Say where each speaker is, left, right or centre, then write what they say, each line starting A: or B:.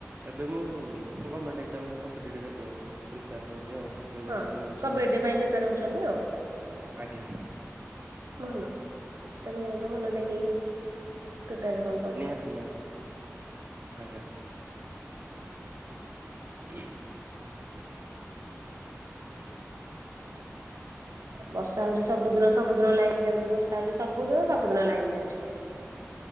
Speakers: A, on the right; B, on the right.
A: ଏବେ ମୁଁ ଗଣମଣ୍ଟାମିପୋର ହଉଛି ଆଉ ଦୁଇ
B: ହଁ
A: ବର୍ଷ ତିନି
B: ହଁ
A: ବର୍ଷ
B: କବାଡି
A: ହେଲାଣି।
B: ପାଇଁ ପବେ ରହୁଛନ୍ତି ଆଉ।
A: ଆଜ୍ଞା
B: ଭଲ ସେପରେ ହୁହନ୍ତୁ ମନ ଦେଇକି ପ୍ରିପେୟାର ହୁଅନ୍ତୁ।
A: ନିହାତି ନିହାତି ଆଜ୍ଞା <inaudible>
B: ବର୍ଷା ହଉଛି ସବୁ ଦିନ ସବୁ ଦିନ ଲାଇନ ଯାଉଛି ବର୍ଷା ହଉଛି ସବୁ ଦିନ ସବୁ ଦିନ ଲାଇନ ଯାଉଛି